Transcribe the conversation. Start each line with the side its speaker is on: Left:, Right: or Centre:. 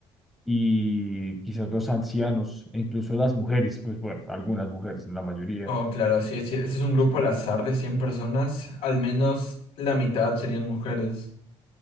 Centre: y quizás los ancianos e incluso las mujeres, pues bueno, algunas mujeres, la mayoría.
Left: Oh, claro, sí, sí, ese es un grupo
Centre: Sí,
Left: al azar de 100 personas, al menos la mitad serían mujeres.